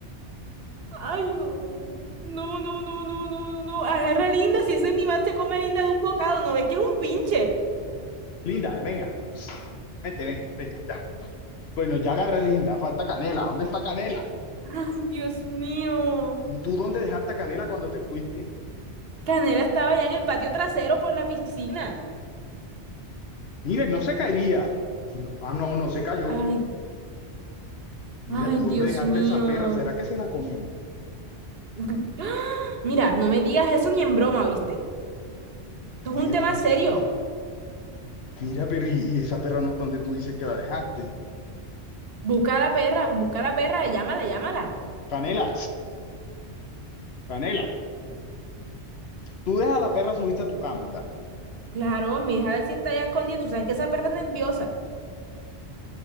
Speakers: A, on the right (about 60°); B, on the left (about 65°).
A: Ay, no. No, no, no, no, no, no. no. Agarra a Linda, si ese animal se come a Linda de un bocado, ¿no ves que es un pincher?
B: Linda, venga. Vete, ven, ven, ya. Bueno, ya agarra Linda, falta Canela. ¿Dónde está Canela?
A: <laughs> Ay, Dios mío.
B: ¿Tú dónde dejaste a Canela cuando te fuiste?
A: Canela estaba ya en el patio trasero por la piscina.
B: Mira, no se caería. Ah, no, no se cayó.
A: Ay,
B: Mira,
A: ay,
B: ¿tú
A: Dios
B: dónde dejaste
A: mío.
B: a esa perra? ¿Será que se la comió?
A: <gasps> Mira, no me digas eso ni en broma, ¿oíste? Esto
B: Verdad.
A: es un tema serio.
B: Mira, pero y, y esa perra no está donde tú dices que la dejaste.
A: Busca a la perra, busca a la perra, llámala, llámala.
B: Canela, Canela, Tú dejas a la perra subirse a tu cama, ¿verdad?
A: Claro, mi hija si está allá escondida, tú sabes que esa perra es nerviosa.